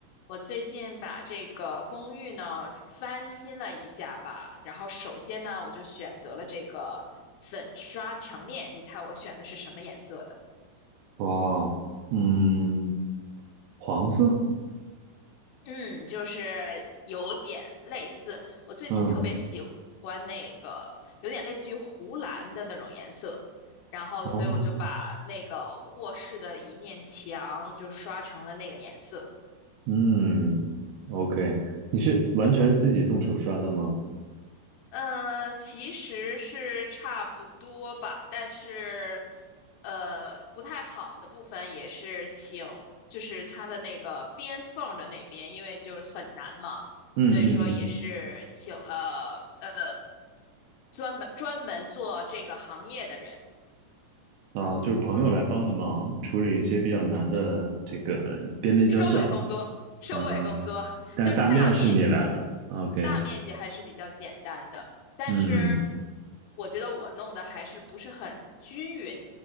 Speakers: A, on the left; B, on the right.
A: 我最近把这个公寓呢翻新了一下吧，然后首先呢，我就选择了这个粉刷墙面，你猜我选的是什么颜色的？
B: 哇，嗯，黄色，
A: 嗯，就是有点类似，我最近特别喜欢那个有点类似于湖蓝的那种颜色，
B: 嗯，
A: 然后所以我就把那个卧室的一面墙就刷成了那个颜色。
B: 哦，嗯，OK，你是完全是自己动手刷的吗？
A: 呃，其实是差不多吧，但是，呃，不太好的部分也是请，就是它的那个边缝的那边，因为就是很难嘛，
B: 嗯嗯嗯，
A: 所以说也是请了呃专门专门做这个行业的人，
B: 啊，就是朋友来帮的忙，处理一些比较难的这个呃边边角角，
A: 收尾工作，收尾工作就是大面积，
B: 啊，啊但是大面儿是你来的，OK，
A: 大面积还是比较简单的，但是
B: 嗯，
A: 我觉得我弄的还是不是很均匀。